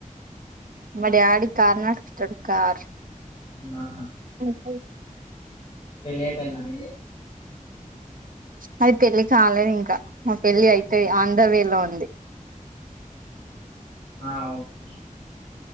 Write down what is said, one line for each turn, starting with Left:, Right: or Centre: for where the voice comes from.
Right: మా డాడీ కార్ నడుపుతాడు కార్
Left: ఆహా
Right: అ
Left: పెళ్ళి అయిపోయిందా మీది
Right: నాది పెళ్ళి కాలేద్ ఇంక మా పెళ్లిఅయితే
Left: ఉమ్.
Right: ఆన్ ద వే లో ఉన్ డి
Left: ఆ ఓకే